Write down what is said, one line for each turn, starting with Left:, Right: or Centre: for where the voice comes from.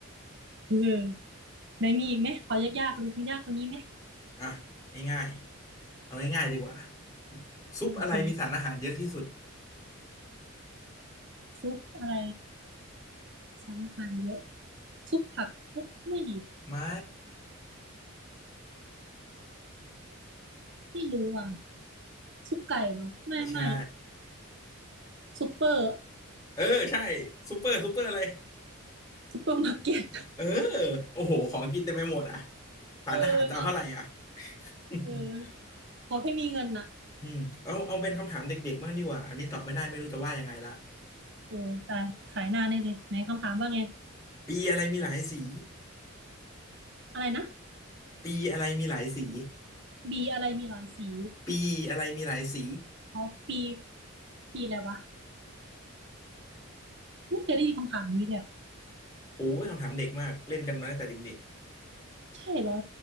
Right: <laughs> เออไหนมีอีกไหมขอยากๆเลยมียากกว่านี้ไหม
Left: อ่ะง่ายๆเอาง่ายๆดีกว่าซุปอะไรมีสารอาหารเยอะที่สุด
Right: โอเคซุปอะไรสารอาหารเยอะซุปผักเอ๊ะไม่ดี
Left: ไม่
Right: ไม่รู้อ่ะซุปไก่เหรอไม่ไม่
Left: ไม่ใช่
Right: ซุปเปอร์
Left: เออใช่ซูเปอร์ซูเปอร์อะไร
Right: ซุปเปอร์มาร์เก็ต
Left: เออโอ้โหของกินเต็มไปหมดอ่ะ
Right: <laughs>
Left: สารอาหารจะเอาเท่าไหร่อ่ะ
Right: เออเนาะ
Left: <laughs>
Right: เออ ขอแค่มีเงินน่ะ
Left: อืมเอาเอาเป็นคำถามเด็กๆบ้างดีกว่าอันนี้ตอบไม่ได้ไม่รู้จะว่ายังไงละ
Right: โอ้ตายขายหน้าแน่เลยไหนคำถามว่าไง
Left: ปีอะไรมีหลายสี
Right: อะไรนะ
Left: ปีอะไรมีหลายสี
Right: B อะไรมีหลายสี
Left: ปีอะไรมีหลายสี
Right: อ๋อ B B อะไรวะไม่เคยได้ยินคำถามนี้เลยอะ
Left: โอ้ยคำถามเด็กมากเล่นกันมาตั้งแต่เด็ก
Right: ใช่เหรอ